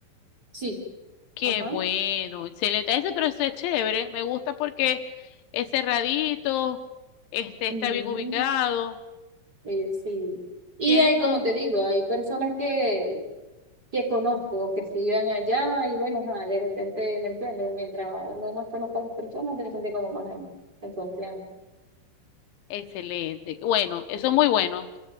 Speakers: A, on the right (about 20°); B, on the left (about 75°).
A: Sí.
B: Qué
A: Ajá.
B: bueno, excelente. Ese proceso es chévere, me gusta porque es cerradito, este, está
A: Ujú.
B: bien ubicado,
A: Eh, sí. Y
B: tiene
A: hay,
B: todo.
A: como te digo, hay personas que, que conozco, que se iban allá y bueno, ajá, de repente, ¿me entiendes? Mientras uno más conozca a las personas, se siente como más en, en confianza.
B: Excelente. Bueno, eso es muy bueno.